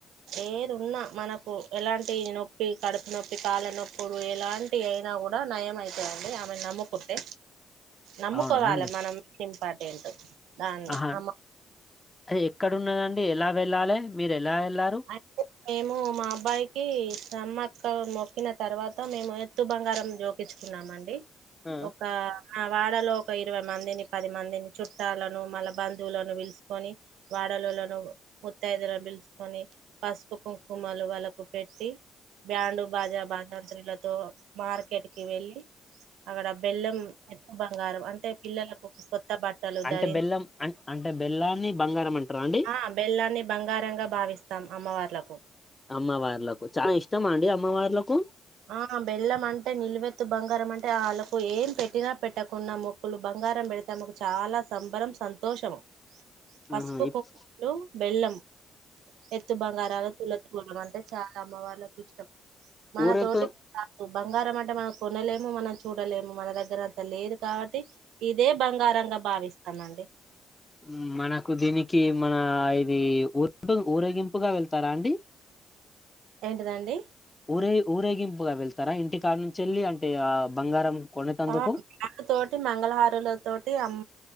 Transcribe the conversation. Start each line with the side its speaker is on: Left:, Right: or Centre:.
Right: ఏదున్నా మనకు ఎలాంటి నొప్పి కడుపు నొప్పి కాళ్ల నొప్పులు ఎలాంటి అయినా కూడా నయం అయితాయిండి ఆమెను నమ్ముకుంటే. నమ్ముకోవాలి
Left: అవునా అండి
Right: మనం ప ంట దా
Left: ఆహా
Right: అ
Left: అది ఎక్కడ ఉదండి ఎలా వెళ్ళాలి మీరు. ఎలా వెళ్ళారు
Right: అంటే మేము మా అబ్బాయికి సమ్మ. క్క మొక్కిన తర్వాత మేము తు బంగారం జోకించుకున్నామండి
Left: ఆ,
Right: ఒక. ఆ వాడలో ఒక ఇరవై మందిని పది మందిని చుట్టాలను మళ్ళా బంధువులను పిలుసుకొని వాడలోలను ముత్తైదులను పిలుచ కొని పాసుపు కుంకుమలు వాళ్ళకు పెట్టి. బ్యాండుూ బాజా బాజాంత్రీలతో మార్కెట్కి వెళ్ళి అక్కడ బెల్లం ఎక్కువ బంగారం అంటే పిల్లలకు కొత్త బట్టలు
Left: అంటే
Right: ధరించి
Left: బెల్లం అం అంటే బెల్లాన్ని బంగారం అంటారా అండి
Right: ఆ బెల్లాన్ని బంగారంగా. విస్తాం అమ్మవార్లకు
Left: అమ్మవార్లకు చాలా ఇష్టం అండి అమ్మవార్లకు.
Right: ఆ బెల్లం అంటే నిల్వెత్తు బంగారం అంటే ఆళ్ళకు ఏం పెట్టినా పెట్టకునా మొక్కులు బంగారం పెడితే ఆమాకు చాలా సంబరం సంతోషము. పసుపు
Left: ఆహా ఇప్-
Right: కొమ్ములు బెల్లం ఎత్తు బంగారాలు తుల తూగడం అంటే చాలా అమ్మవళ్కి ఇష్టం మన
Left: ఊరేపు
Right: తోటి బంగారం అంటే మనం కొనలేము మనం చూడలేము మన దగ్గర లేదు కాబట్టి ఇదే బంగారంగా భావిస్తామండి
Left: ఉ మనకు దిని కి మన ఇది ఊరూ ఊరేగింపుగా వెళ్తారా అండి
Right: ఏంటదండి
Left: ఊరే ఊరేగింపుగా వెళ్తారా ఇంటికానుంచి వెళ్ళి అంటే ఆ బంగారం కొనేతందుకు
Right: ఆ డప్పు తోటి మంగళహారుల తోటి అమ్